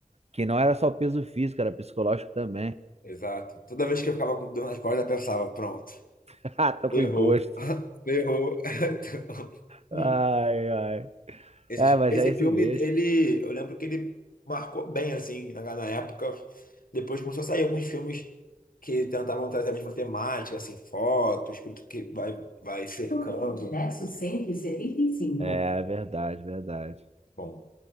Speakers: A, on the right (about 50°); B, on the left (about 85°).
A: Que não era só peso físico, era psicológico também.
B: Exato. Toda vez que eu ficava com dor nas costas, eu pensava, pronto,
A: <laughs> Ah, tô
B: errou,
A: com encosto.
B: <laughs> errou. <laughs> Então,
A: Ai,
B: hum."
A: ai.
B: Esse,
A: É,
B: fi-
A: mas
B: esse
A: é isso
B: filme,
A: mesmo.
B: ele, eu lembro que ele marcou bem, assim, na, na época. Depois começou a sair alguns filmes que tentavam trazer a mesma temática, assim, foto, o espírito que vai, vai cercando. Nexo cento e setenta e cinco
A: É, verdade, verdade.
B: Bom.